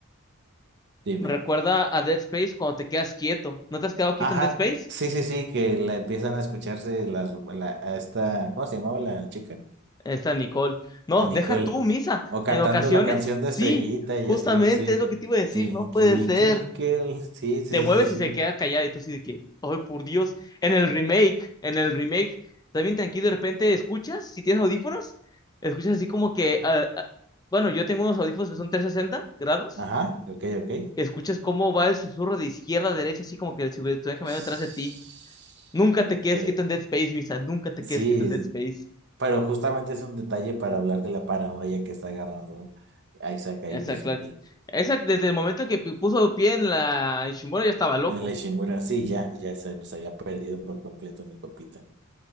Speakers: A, on the right; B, on the left.
A: Dime.
B: Me recuerda a Dead Space cuando te quedas quieto. ¿No te has quedado quieto
A: Ajá,
B: en Dead Space?
A: sí, sí, sí, que la empiezan a escucharse las, la, a esta, ¿cómo se llamaba la chica?
B: Ahí Está Nicole. No,
A: A Nicole.
B: deja tú, Misa.
A: O cantando
B: En ocasiones,
A: la canción de
B: sí,
A: Estrellita y
B: justamente
A: así, sí.
B: es lo que te iba a decir,
A: Twinkle,
B: no puede ser.
A: twinkle. Sí, sí,
B: Te
A: sí,
B: mueves
A: sí, sí.
B: y se queda callada y tú así de que, ay, por Dios, en el remake, en el remake, también tranquilo, de repente escuchas, si tienes audífonos, escuchas así como que, ah, ah, bueno, yo tengo unos audífonos que son 360 grados,
A: Ajá, ok, ok.
B: escuchas cómo va el susurro de izquierda a derecha, así como que si estuvieran caminando
A: Ps-
B: detrás de ti. Nunca
A: Ok.
B: te quedes quieto en Dead Space, Misa. Nunca te
A: Sí,
B: quedes quieto en Dead Space.
A: Pero justamente es un detalle para hablar de la paranoia que está agarrando Isaac ahí
B: Esa,
A: mismo.
B: Clark. Esa, desde el momento que puso pie en la Ishimura ya estaba loco.
A: En la Ishimura, sí, ya, ya se nos había perdido por completo mi copita.